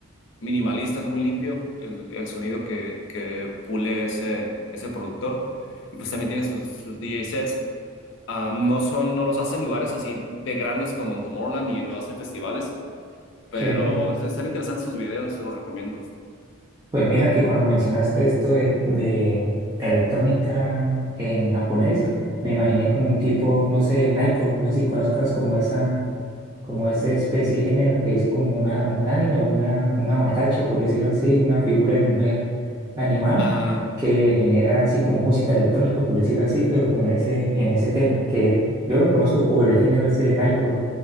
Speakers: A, on the left; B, on the right.
A: minimalista, es muy limpio el, el sonido que, que pule ese, ese productor. Y pues también tiene sus, sus DJ sets. Ah, no son, no los hacen en lugares así de grandes como en Tomorrowland y lo hacen en festivales,
B: sí.
A: pero es- están interesantes sus videos, te los recomiendo.
B: Pues mira que cuando mencionaste esto de, de electrónica en japonés, me imaginé como un tipo, no sé, Naiko, no sé si conozcas como esa, como esa especie de género que es como una, un anime, una, una matacha, por decirlo así, una figura de mujer animada
A: Ah,
B: que genera así como música electrónica, por decirlo así, pero como en ese, en ese tema, que yo lo conozco por el género ese de Nightcore.